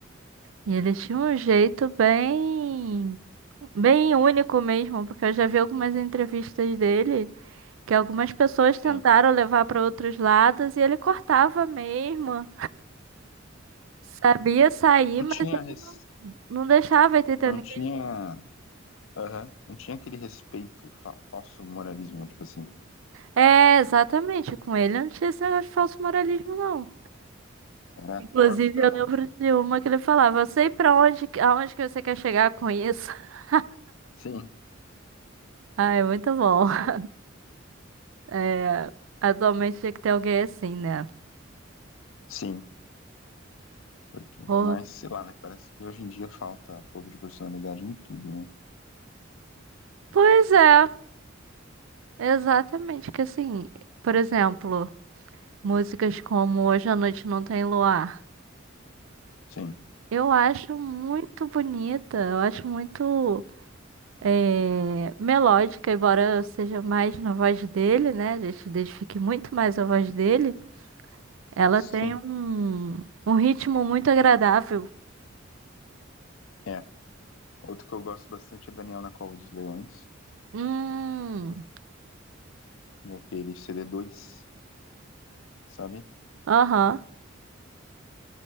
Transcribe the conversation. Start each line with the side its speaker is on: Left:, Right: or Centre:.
Right: E ele tinha um jeito bem, bem único mesmo, porque eu já vi algumas entrevistas dele que algumas pessoas tentaram
Left: Sim.
Right: levar para outros lados e ele cortava mesmo. Sabia sair,
Left: Não
Right: mas
Left: tinha,
Right: ele
Left: res-
Right: não, não deixava ir tentando.
Left: não tinha, aham, não tinha aquele respeito, fa- falso moralismo, né? Tipo assim,
Right: É, exatamente, com ele não tinha esse negócio de falso moralismo, não.
Left: era
Right: Inclusive,
Left: corte tramontina.
Right: eu lembro de uma que ele falava, eu sei pra onde, que- aonde que você quer chegar com isso. <laughs>
Left: Sim,
Right: Ah, é muito bom.
Left: pode
Right: <laughs>
Left: ser.
Right: É, atualmente tinha que ter alguém assim, né?
Left: Sim. Porque,
Right: Porra.
Left: mas sei lá, né? Parece que hoje em dia falta um pouco de personalidade em tudo, né?
Right: Pois é, exatamente, que assim, por exemplo, músicas como Hoje à Noite Não Tem Luar.
Left: Sim.
Right: Eu acho muito bonita, eu acho muito. é, melódica, embora eu seja mais na voz dele, né? A gente identifique muito mais a voz dele. Ela
Left: Sim,
Right: tem um, um ritmo muito agradável.
Left: é. Outro que eu gosto bastante é Daniel na Cova dos Leões,
Right: Hum,
Left: daquele cd dois sabe?
Right: aham.